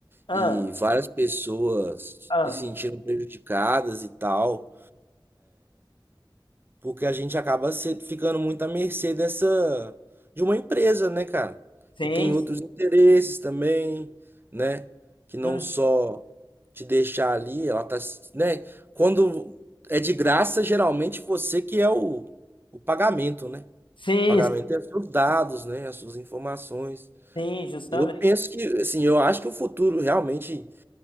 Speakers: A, on the left; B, on the right.
A: Ah,
B: e várias pessoas
A: ah.
B: se sentiram prejudicadas e tal. Porque a gente acaba se- ficando muito à mercê dessa de uma empresa, né, cara?
A: Sim,
B: Que tem outros
A: sim,
B: interesses também, né? Que não
A: Hum.
B: só te deixar ali, ela tá, se- né? Quando é de graça, geralmente você que é o, o pagamento, né?
A: sim,
B: O pagamento é os seus dados, né? As suas informações.
A: sim, justamente.
B: Eu penso que, assim, eu acho que o futuro realmente